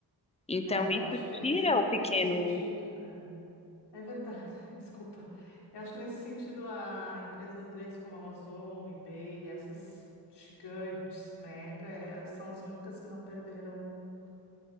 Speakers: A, on the left; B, on the left.
A: Então,
B: É,
A: isso
B: eu acho que nesse,
A: tira o pequeno
B: nesse sentido, é, é verdade, <laughs> desculpa. Eu acho que nesse sentido, a empresas grandes como a Amazon, eBay, e essas gigantes, mega, é, são as únicas que não perderam